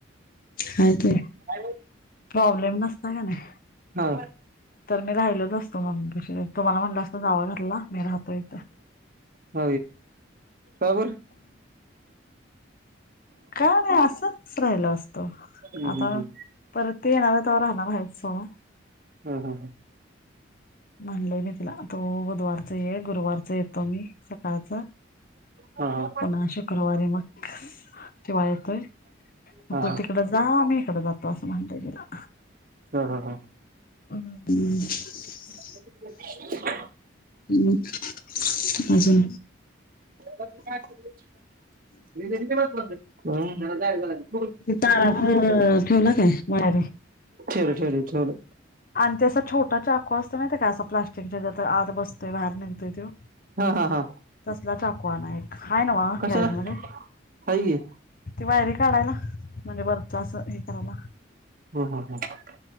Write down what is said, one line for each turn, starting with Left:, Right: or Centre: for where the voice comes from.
Left: ह ते.
Right: अ
Left: प्रॉब्लेम नसता का नाही.
Right: हा
Left: तर मी राहिलोच असतो मम्मीशी तुम्हाला म्हणलं असतं जावा घरला मी राहतो इथे
Right: ह बरोबर
Left: काय नाही असंच राहिल असतो.
Right: हम्म
Left: आता
Right: हम्म
Left: परत ते येणार तेव्हा राहणार आहेच सोडं
Right: हम हम ह.
Left: म्हणलंय मी तिला तो बुधवारच ये गुरुवारचा येतो मी सकाळचा
Right: हा हा हा हा
Left: पुन्हा शुक्रवारी मग तेव्हा येतोय. मग
Right: हा
Left: तो तिकडं जा मी इकड जातो असं म्हणतय तिला
Right: हा हा हा
Left: हम्
Right: <inaudible>
Left: ह् अजून
Right: त न
Left: तार ठेवला काय मळे
Right: ठेवल ठेवल ठेवल
Left: आणि ते असं छोटा चाकू असत मात काय असं प्लास्टिकच्या ज्या आतबसतोय बाहेर निघतोय त.
Right: हा हा हा
Left: तसला चाकूआना एक हय ना बा
Right: कशाला
Left: गॅरेज मध्ये
Right: हाय की हा
Left: ती वायरी काढायला ना म्हणजे बरच असं हे करायला.
Right: हम ह हं